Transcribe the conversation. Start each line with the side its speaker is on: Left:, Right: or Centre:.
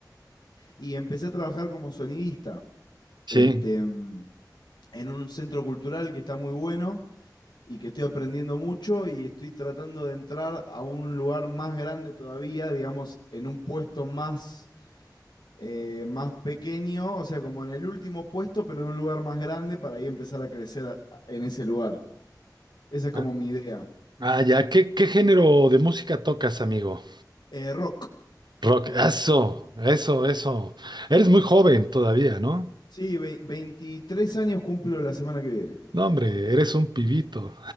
Left: Y empecé a trabajar como sonidista,
Right: Sí.
Left: este, mm, en un centro cultural que está muy bueno y que estoy aprendiendo mucho y estoy tratando de entrar a un lugar más grande todavía, digamos, en un puesto más, eh, más pequeño, o sea, como en el último puesto, pero en un lugar más grande para ahí empezar a crecer a- a- en ese lugar. Esa es
Right: Ah,
Left: como mi idea.
Right: ah, ya. ¿Qué, qué género de música tocas, amigo?
Left: Eh, rock.
Right: Rock. Eso, eso, eso. Eres muy joven todavía, ¿no?
Left: Sí, vei- 23 años cumplo la semana que viene.
Right: No, hombre, eres un pibito.